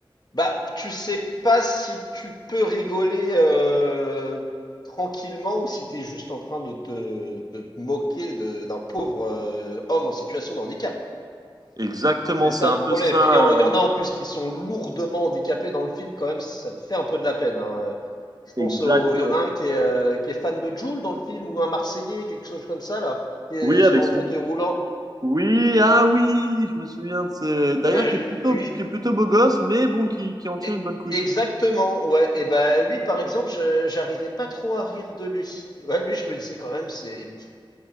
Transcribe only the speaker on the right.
Exactement,
c'est un
peu ça.
euh,
exactement.
Oui, avec
son
Oui, ah oui, je me souviens de ce... D'ailleurs,
qui
est plutôt, qui est plutôt beau gosse, mais bon, qui, qui en tient
une bonne couche.